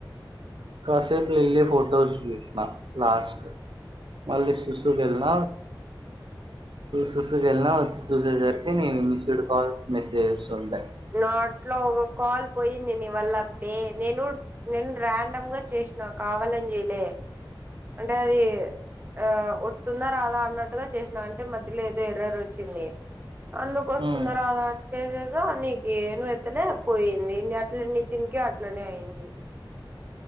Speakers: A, on the right; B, on the right.
A: కాసేపు లిల్లీ ఫోటోస్ చూసిన లాస్ట్ మల్లి శుశూ కెళ్ళిన సుసుకి వెళ్ళినా వచ్చి చూసేసరికి నీవి మిస్డ్ కాల్స్ మెసేజెస్ ఉండ
B: నాట్లో ఒక కాల్ పోయింది నీవల్ల దే నేను నేను ర్యాండమ్ గా చే క నా కావాలని చెయలే అంటే అది ఆ వస్తుందా రాదా అన్నట్టుగా చేసిన అంటే మధ్యలో ఏదో ఎర్రరు వచ్చింది అందుకు వస్తుంద
A: ఉమ్.
B: రాదా అని చేసేసా నీ ఏను ఎత్తనే పోయింది అట్ల నితిన్ కి అట్లనే అయింది